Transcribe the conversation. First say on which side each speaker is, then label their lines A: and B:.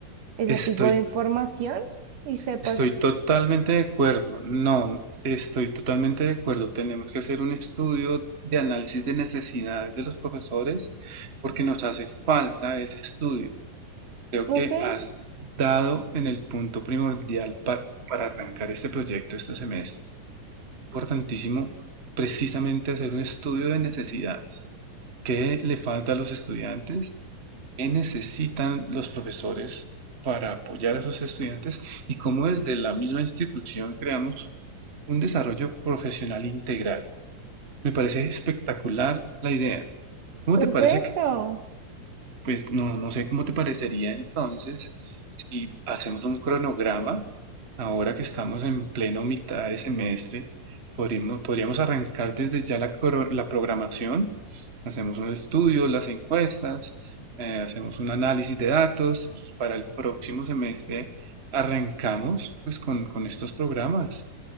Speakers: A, on the right (about 65°); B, on the right (about 35°).
A: ese
B: Estoy
A: tipo de información y sepas,
B: Estoy totalmente de acuerdo. No, estoy totalmente de acuerdo. Tenemos que hacer un estudio de análisis de necesidades de los profesores porque nos hace falta ese estudio. Creo
A: ok,
B: que has dado en el punto primordial pa- para arrancar este proyecto este semestre. Importantísimo precisamente hacer un estudio de necesidades. ¿Qué le falta a los estudiantes? ¿Qué necesitan los profesores para apoyar a sus estudiantes y cómo desde la misma institución creamos un desarrollo profesional integral? Me parece espectacular la idea. ¿Cómo
A: perfecto,
B: te parece que pues no, no sé cómo te parecería entonces si hacemos un cronograma, ahora que estamos en pleno mitad de semestre, podríamos, podríamos arrancar desde ya la, coro- la programación, hacemos un estudio, las encuestas, eh, hacemos un análisis de datos y para el próximo semestre arrancamos pues con, con estos programas.